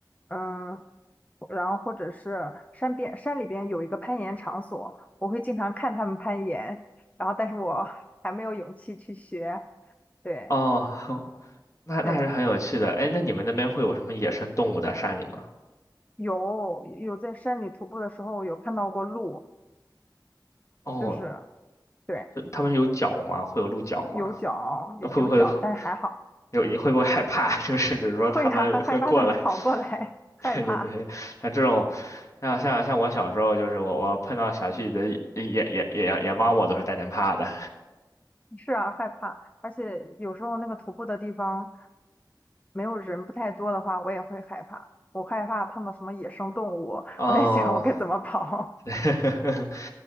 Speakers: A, on the left (about 20°); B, on the left (about 40°).
A: 嗯、然后或者是山边山里边有一个攀岩场所，我会经常看他们攀岩，然后但是我 <laughs> 还没有勇气去学。对
B: 哦，<laughs> 那那还是很有趣的。
A: 对，
B: 哎，那你们那边会有什么野生动物在山里吗？
A: 有有在山里徒步的时候有看到过鹿，
B: 哦，
A: 就是对
B: 呃他们有脚吗？会有鹿角吗？
A: 有脚有有脚，
B: 那会不会
A: 但是还好
B: 有？你会不会害怕？<laughs> 就是只是说他们会过来。
A: 会呀，啊 <laughs> 害怕他们跑过来，<laughs> 害怕。
B: <laughs> 对对对，像这种，像像像我小时候，就是我我碰到小区里的野野野野野猫，我都是带点怕的。
A: 是啊，害怕，而且有时候那个徒步的地方没有人不太多的话，我也会害怕。我害怕碰到什么野生动物，
B: 哦，
A: 我在想我该怎么跑。
B: <laughs>